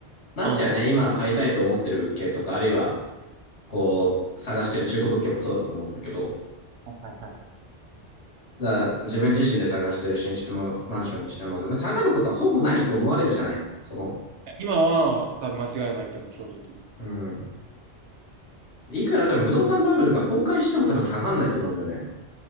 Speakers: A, on the left (about 70°); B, on the right (about 80°).
A: ましてやね、
B: は
A: 今買いたいと思ってる物件とか、あるいはこう探してる中古物件もそうだと思うんだけど、
B: いはいはい。
A: だから自分自身で探してる新築のマンションにしても、まあ、下がることはほぼないと思われるじゃない。その、
B: 今は、多分間違いないと思う、正直。
A: うん。いくら多分不動産バブルが崩壊しても多分下がんないと思うんだよね。